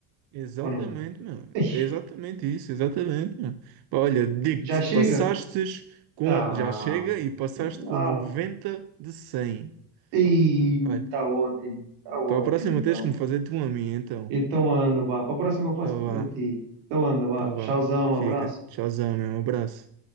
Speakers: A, on the right; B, on the right.
A: Exatamente,
B: ou não?
A: meu.
B: Ai,
A: É Exatamente isso, exatamente, meu. Pá, Olha, digo-te,
B: já chega?
A: passastes com.
B: Tá.
A: Já chega e passaste com
B: Ah,
A: noventa de cem
B: está
A: Olha,
B: ótimo, está ótimo
A: para a próxima
B: então.
A: tens que me fazer tu a mim, então.
B: Então anda, vá. Para a próxima eu faço
A: Então vá,
B: a ti. Então anda, vá.
A: então
B: Tchauzão,
A: vá. Fica.
B: abraço.
A: Tchauzão, meu. Um abraço.